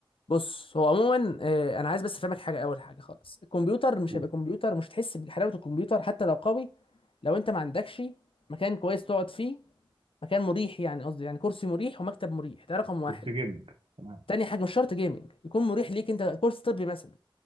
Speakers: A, on the left (about 75°); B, on the right (about 80°).
A: بص هو عموما آه، انا عايز بس افهمك حاجه اول حاجه خالص الكمبيوتر مش
B: قول.
A: هيبقى كمبيوتر مش هتحس بحلاوه الكمبيوتر حتى لو قوي لو انت ما عندكش مكان كويس تقعد فيه مكان مريح يعني قصدي يعني كرسي مريح ومكتب مريح ده رقم واحد
B: كنت جيمنج تمام
A: تاني حاجه مش شرط جيمنج يكون مريح ليك انت كورس طبي مثلا